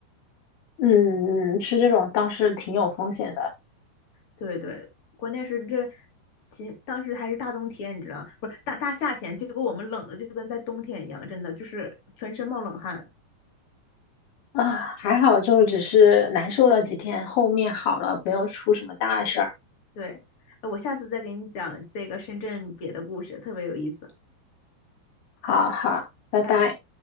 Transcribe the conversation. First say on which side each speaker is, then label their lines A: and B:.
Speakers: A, on the left; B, on the left.
A: 嗯嗯，吃这种倒是挺有风险的
B: 对对，关键是这，其当时还是大冬天，你知道，不是大大夏天，结果我们冷的就跟在冬天一样，真的就是全身冒冷汗。
A: 啊，还好就只是难受了几天，后面好了，没有出什么大事儿。
B: 对对，哎我下次再给你讲这个深圳别的故事，特别有意思。
A: 好好，拜拜。
B: 拜拜。